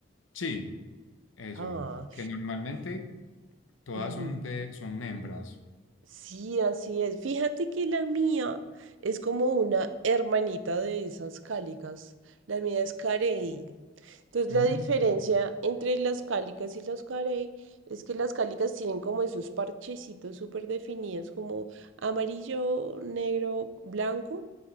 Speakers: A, on the left; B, on the right.
A: Sí, eso.
B: Ah,
A: Que normalmente todas
B: ujú.
A: son de, son hembras.
B: Sí, así es. Fíjate que la mía es como una hermanita de esas cálicas. La mía es carey. Entonces,
A: Mm,
B: la diferencia
A: ok.
B: entre las cálicas y las carey es que las cálicas tienen como esos parchecitos súper definidos, como amarillo, negro, blanco.